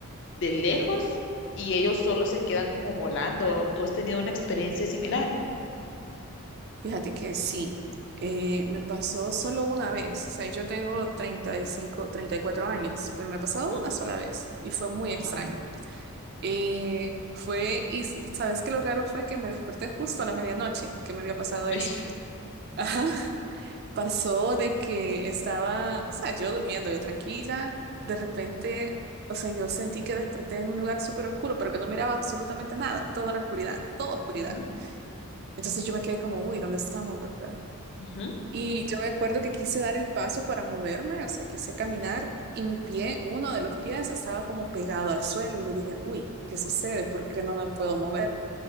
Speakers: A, on the left; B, on the right.
A: de lejos y ellos solo se quedan como volando. ¿Tú has tenido una experiencia similar?
B: Fíjate que sí, eh, me pasó solo una vez, o sea, yo tengo treinta treinta y cinco, treinta y cuatro años, pero me ha pasado
A: Ujú.
B: una sola vez y fue muy
A: Ajá.
B: extraño. Eh, fue, y s- sabes que lo raro fue que me desperté justo a la medianoche, que me había pasado
A: Uy.
B: eso. <laughs> Ajá, pasó de que estaba, o sea, yo durmiendo, yo tranquila, de repente, o sea, yo sentí que desperté en un lugar súper oscuro, pero que no miraba absolutamente nada, toda la oscuridad, toda oscuridad.
A: Ujú,
B: Entonces yo me quedé como, uy, ¿dónde estamos, verdad?
A: ujú,
B: Y yo me acuerdo que quise dar el paso para moverme, o sea, quise caminar y mi pie, uno de los pies, estaba como pegado al suelo. Y yo dije, uy, ¿qué sucede? ¿Por qué no me puedo mover?